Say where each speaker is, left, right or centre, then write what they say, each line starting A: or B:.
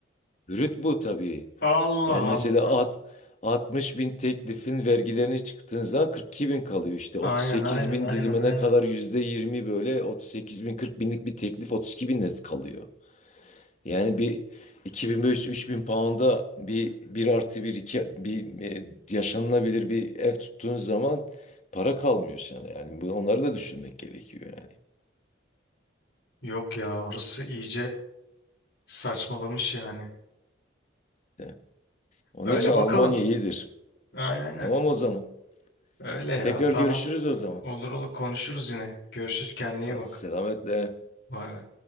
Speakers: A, on the left; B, on the left.
A: brüt bu tabii.
B: Allah
A: Yani mesela
B: Allah.
A: at, 60 bin teklifin vergilerini çıktığın zaman 42 bin kalıyor işte.
B: Aynen
A: 38
B: aynen
A: bin
B: aynen
A: dilimine
B: aynen.
A: kadar yüzde %20 böyle 38 bin 40 binlik bir teklif 32 bin net kalıyor. Yani bir 2500-3000 pound'a bir bir artı 1 2 bir e, yaşanılabilir bir ev tuttuğun zaman para kalmıyor sana yani. Bu, onları da düşünmek gerekiyor yani.
B: Yok ya orası iyice Saçmalamış yani.
A: İşte. Onun
B: Öyle
A: için Almanya
B: bakalım.
A: iyidir.
B: Aynen aynen.
A: Tamam o zaman.
B: Öyle ya
A: Tekrar
B: tamam.
A: görüşürüz o zaman.
B: Olur olur konuşuruz yine. Görüşürüz kendine iyi
A: Hadi
B: bak.
A: selametle.
B: Bay bay.